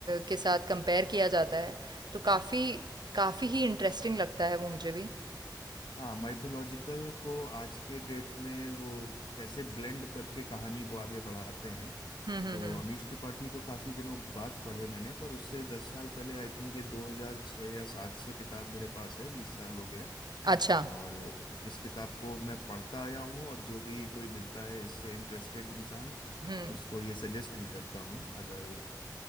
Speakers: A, on the right; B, on the left.
A: के साथ कंपेयर किया जाता है, तो काफ़ी काफ़ी ही इंटरेस्टिंग लगता है वो मुझे भी।
B: हाँ माइथोलॉजिकल को आज के डेट में वो कैसे ब्लेंड करके कहानी को आगे बढ़ाते हैं
A: हुँ, हुँ,
B: तो
A: हुँ।
B: अमीश त्रिपाठी तो काफी दिनों बाद पढ़े मैंने पर उससे दस साल पहले आई थिंक ये 2006 या सात से किताब मेरे पास है बीस साल हो गया
A: अच्छा।
B: और इस किताब को मैं पढ़ता आया हूँ और जो भी कोई मिलता है इससे इंटरेस्टेड इंसान
A: हुँ।
B: उसको ये सजेस्ट भी करता हूँ अगर